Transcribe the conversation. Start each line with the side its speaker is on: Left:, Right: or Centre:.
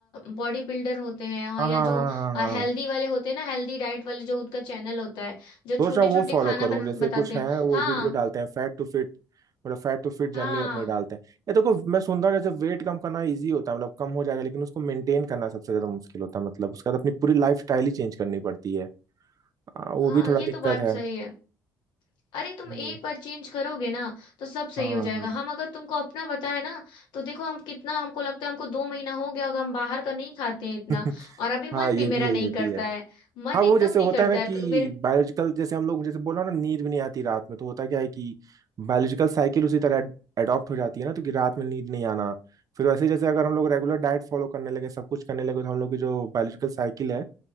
Left: बॉडी बिल्डर होते हैं और
Right: हाँ
Left: या
Right: हाँ हाँ
Left: जो
Right: हाँ हाँ।
Left: हेल्दी वाले होते हैं ना हेल्दी डाइट वाले जो उनका चैनल होता है जो छोटे
Right: सोच रहा हूँ
Left: छोटे
Right: वो फॉलो
Left: खाना
Right: करूँ
Left: बना
Right: जैसे
Left: बताते
Right: कुछ
Left: हैं
Right: है वो
Left: हाँ
Right: वीडियो डालते हैं फैट टू फिट मतलब फैट टू फिट जर्नी
Left: हाँ
Right: अपनी डालते हैं ये देखो मैं सुनता हूँ जैसे वेट कम करना इजी होता है मतलब कम हो जाएगा लेकिन उसको मेंटेन करना सबसे ज्यादा मुश्किल होता है मतलब उसका तो अपनी पूरी लाइफ स्टाइल ही चेंज करनी पड़ती है आ, वो
Left: हाँ
Right: भी थोड़ा
Left: ये
Right: दिक्कत
Left: तो बात
Right: है
Left: सही है अरे तुम
Right: हम्म,
Left: एक बार चेंज करोगे ना तो सब
Right: हाँ
Left: सही
Right: हाँ
Left: हो जाएगा हम अगर तुमको अपना बताए ना तो देखो हम कितना हमको लगता है हमको दो महीना हो गया होगा हम बाहर का नहीं खाते हैं इतना
Right: <laughs>
Left: और अभी
Right: हाँ
Left: मन
Right: ये
Left: भी
Right: भी
Left: मेरा
Right: है
Left: नहीं
Right: ये भी
Left: करता
Right: है
Left: है मन
Right: हाँ वो
Left: एकदम
Right: जैसे
Left: नहीं
Right: होता
Left: करता
Right: है ना कि
Left: है क- मेरे
Right: बायोलॉजिकल जैसे हम लोग जैसे बोला ना नींद भी नहीं आती रात में तो होता क्या है कि बायोलॉजिकल साइकिल उसी तरह एडॉप्ट हो जाती है ना तो कि रात में नींद नहीं आना फिर वैसे ही जैसे अगर हम लोग रेगुलर डाइट फॉलो करने लगे सब कुछ करने लगे तो हम लोग की जो बायोलॉजिकल साइकिल है